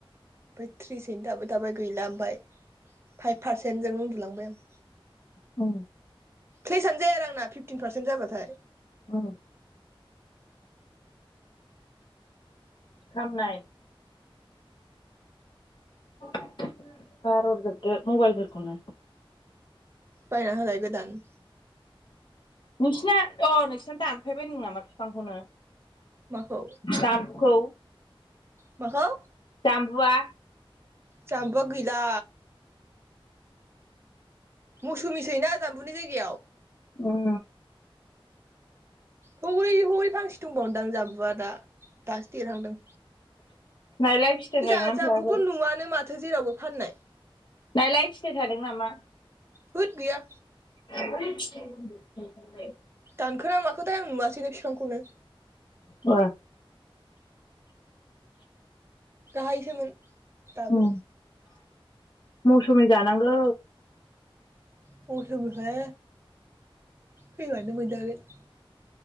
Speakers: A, on the right; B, on the left.
A: ओमफ्राय थ्रिसैनो थाबाय थाबाय गैला ओमफाय फाइभ पारसेन्टजोंनो उन्दुलांबाय आं
B: औ
A: क्लेसानो जाया आरो आंना फिफ्टिन पार्सेन्ट जाबाथाय
B: औ खामनाय <inaudible> गारहरजोबदो मबाइल फोरखौनो
A: बायना होलाय गोदान
B: नोंसिना अ नोंसिना दानफैबायनो नामा बिफांखौनो
A: माखौ
B: जाम्बुखौ
A: माखौ
B: जाम्बुवा
A: जाम्बुआ गैला मौसुमिसैना जामबुनि जायगायाव
B: ओम
A: हौरै हरै फांसे दंबावओनदां जाम्बुआ दा दासो देरहांदों
B: नायलाय फिथाइ थायगोना
A: जा जाम्बुखौ
B: थायाखै
A: नुवानो माथो थो जेरावबो फाननाय
B: नायलाय फिथाय थादों नामा
A: होद गैया
B: <unintelligible>
A: दानखोना माखोथाय आं नुवासैनो बिफांखौनो
B: औ
A: गाहायसोमोन दाबो
B: उम मौसुमि जानांगौ
A: <unintelligible> फैबानो मोनजागोन